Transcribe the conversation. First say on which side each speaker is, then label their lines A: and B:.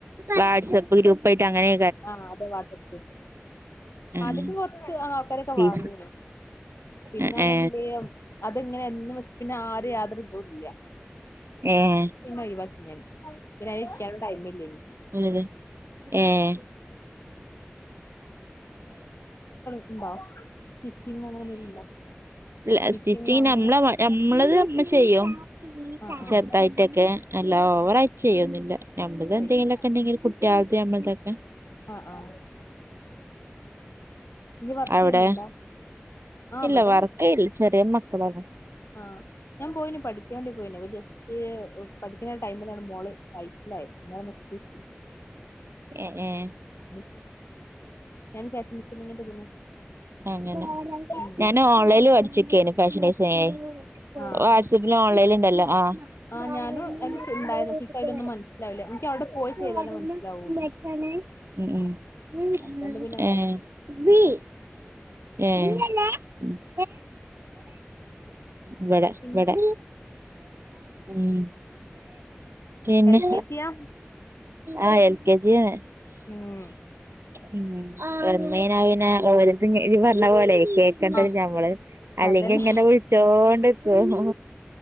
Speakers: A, on the right (about 75°); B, on the left (about 85°).
A: വാട്സ്ആപ്പ് ഗ്രൂപ്പാട്ട് അങ്ങനെ
B: ആഹ് അതെ വാട്സആപ്പ് ഗ്രൂപ്പ്.
A: ഉം
B: ആദ്യൊക്കെ കൊറച്ച് ആൾക്കാരൊക്കെ
A: ഫീസ്
B: വാങ്ങിനി. പിന്നാണെങ്കില്
A: എ ഏ
B: അതങ്ങനെ എന്നും വെച്ച പിന്നെ ആരേ യാതൊരു ഇതും ഇല്ല.
A: ഏഹ്
B: പിന്നെ ഒയിവാക്കി ഞാൻ. പിന്നെ അയിന് ഇരിക്കാനും ടൈമ് ഇല്ലേനി.
A: അത് ഏഹ്
B: മ്പ സ്റ്റിച്ചിംങ്ങ അങ്ങനെ എന്തേലും ഉണ്ടോ?
A: ഇല്ല.
B: സ്റ്റിച്ചിങ്ങോ
A: സ്റ്റിച്ചിങ്
B: അങ്ങനെ
A: നമ്മളെ
B: എന്തെലും
A: നമ്മളത് നമ്മ ചെയ്യും.
B: ആ
A: ചെറുതായിട്ടൊക്കെ
B: ആ
A: അല്ല ഓവറായി ചെയ്യൊന്നില്ല. നമ്മത്
B: അയ്ശരി
A: എന്തെങ്കിലൊക്കെ ഉണ്ടെങ്കിൽ കു രാത്രി അമ്മൾ തൊക്കെ
B: ആഹ് ആഹ്? നീ വർക്ക്
A: അവിടെ
B: ചെയ്യുന്നുണ്ടോ ആഹ്
A: ഇല്ല
B: വടെ
A: വർക്ക് ഇല്ല ചെറിയ മക്കളാണ്
B: ആഹ് ഞാൻ പോയീനി പഠിക്കാൻ വേണ്ടി പോയീനി. തിയെ പഠിക്കുന്ന ടൈമിലാണ് മോള് വൈറ്റിലായത് പിന്നെ അത് നിർത്തിവച്ച്
A: എഹ് ഏഹ്
B: <unintelligible> ഞാൻ ഫാഷൻ ടിസ്സിങ്ങിന്റെ ഇതിന്
A: അങ്ങനെ
B: ഉം
A: ഞാന് ഓൺലൈനി പഠിചിക്കേന് ഫാഷൻ ഡിസൈ
B: ആഹ്
A: വാട്സ്ആപ്പിലും ഓൺലൈനൽ ണ്ടല്ലോ ആഹ്
B: ആഹ്
A: വറെണ്ണം
B: ഞാനും അതില്
A: അച്ഛന്റെ
B: ഉണ്ടായിരുന്നു
A: വീട്ടി
B: പക്ഷെ എനിക്ക് അതിലൊന്നും
A: പോ
B: മനസ്സിലാവില്ല എനിക്ക് അവിടെ പോയി ചെയ്താലേ
A: വറെണ്ണം
B: മനസ്സിലാവുള്ളൂ
A: മച്ചണ് ഉം ഉം
B: അതുകൊണ്ട് പിന്നെ എന്താക്കി
A: ഏഹ് ഏഹ് ഉം ഇവടെ
B: പിന്നെ
A: വടെ ഉം പിന്നെ
B: എൽ കെ ജിയാ
A: ആഹ് എൽ കെ ജിയണ്
B: ഉം
A: ഉം വന്നെയ്ന പിന്നെ ഓര്ത്ഞ് ഇ പർഞ്ഞ പോലെ ക്കെ ക്കണ്ടഹ്
B: ആഹ്
A: ഞമ്മള് അല്ലെങ്കി
B: അതന്നെ
A: ഇങ്ങനെ വിളിച്ചോണ്ട്ക്കും